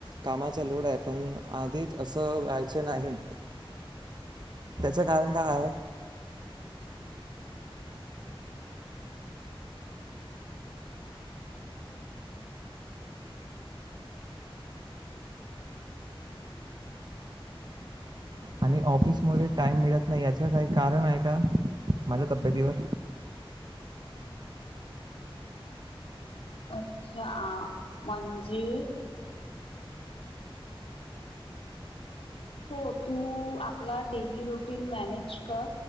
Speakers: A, on the right; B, on the left.
A: कामाचा लोड आहे पण आधीच असं व्हायच नाही, त्याचे कारण काय आहे? आणि ऑफिस मुळे टाइम मिळत नाही याच काही कारण आहे का माझ्या तब्येतीवर?
B: हा. आ म्हणजे हो. तू आपला डेली रुटीन मॅनेज कर.